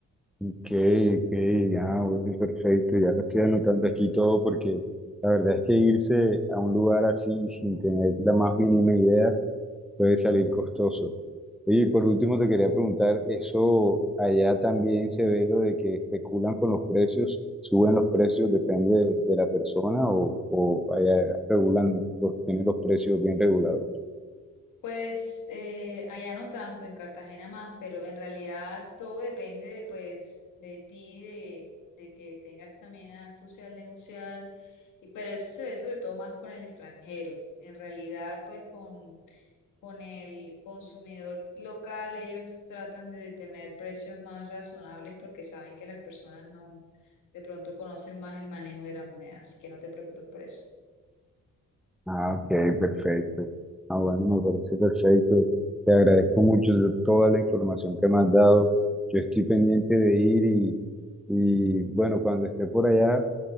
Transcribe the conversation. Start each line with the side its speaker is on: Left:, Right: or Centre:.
Centre: Ok, ok, ah, bueno, perfecto, ya lo estoy anotando aquí todo porque la verdad es que irse a un lugar así sin tener la más mínima idea puede salir costoso. Oye, y por último te quería preguntar, ¿eso allá también se ve lo de que especulan con los precios, suben los precios, depende de, de la persona o, o allá regulan, los, tienen los precios bien regulados?
Left: Pues eh, allá no tanto, en Cartagena más, pero en realidad todo depende de, pues, de ti, de, de que tengas también astucia al negociar, y- pero eso se ve sobre todo más con el extranjero. En realidad, pues con con el consumidor local, ellos tratan de tener precios más razonables porque saben que las personas no, de pronto conocen más el manejo de la moneda, así que no te preocupes por eso.
Centre: Ah, ok, perfecto. Ah, bueno, me parece perfecto. Te agradezco mucho de toda la información que me has dado. Yo estoy pendiente de ir y, y bueno, cuando esté por allá,